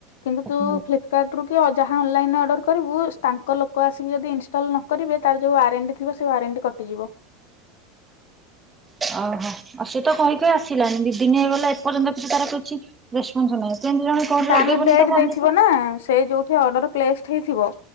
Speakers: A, on the left (about 85°); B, on the right (about 15°).
A: କିନ୍ତୁ
B: ଓହୋ
A: ତୁ କାର୍ଟରୁ କି ଅ- ଯାହା ଅନଲାଇନ୍ ରେ ଅର୍ଡ଼ର କରିବୁ ତାଙ୍କ ଲୋକ ଆସିକି ଯଦି ଇନଷ୍ଟଲ୍ ନ କରିବେ ତାର ଯଉ ୱାରେଣ୍ଟି ଥିବ ସେ ୱାରେଣ୍ଟି କଟିଯିବ।
B: ଓହୋ ଆଉ ସେ ତ କହିକି ଆସିଲାନି ଦି ଦିନି ହେଇଗଲା ଏପର୍ଯ୍ୟନ୍ତ କିଛି ତାର କିଛି ରେସ୍ପନ୍ସ ନାହିଁ କେମିତି ଜଣେ କଣ
A: ତାର
B: ଲଗେଇବନି
A: ଡେଟ୍
B: ତାକୁ
A: ଦେଇଥିବ
B: ଅନେଇବ
A: ନା ସେ ଯଉଠି ଅର୍ଡର ପ୍ଲେସ୍ ହେଇଥିବ